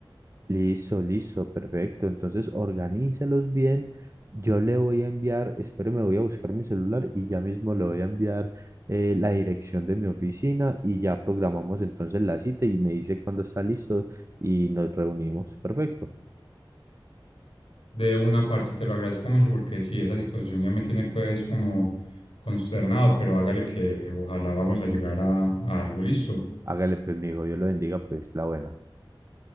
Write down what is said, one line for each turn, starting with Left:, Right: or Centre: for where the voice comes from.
Right: Listo, listo, perfecto. Entonces, organícelos bien. Yo le voy a enviar, espere, me voy a buscar mi celular y ya mismo le voy a enviar eh, la dirección de mi oficina y ya programamos entonces la cita y me dice cuándo está listo y nos reunimos. Perfecto.
Left: De una parte te lo agradezco mucho porque sí, esa situación ya me tiene pues como consternado, pero hágale que ojalá vamos a llegar a, a algo, listo.
Right: Hágale pues, mi hijo, Dios lo bendiga, pues la buena.